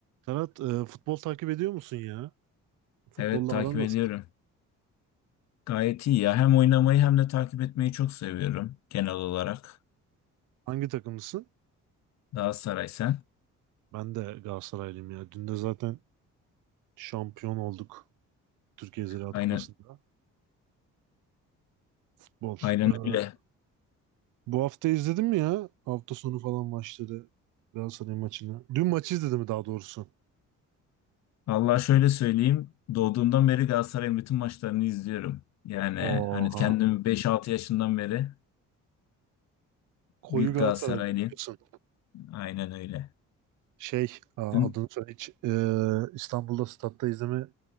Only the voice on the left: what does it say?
Evet takip
ediyorum. Gayet iyi ya. Hem oynamayı hem de takip etmeyi çok seviyorum genel olarak.
Galatasaray sen.
Aynen,
aynen öyle.
Allah şöyle söyleyeyim. Doğduğumdan beri Galatasaray'ın bütün maçlarını izliyorum. Yani
hani kendimi 5-6 yaşından beri
büyük
Galatasaraylıyım.
Aynen öyle.
Dün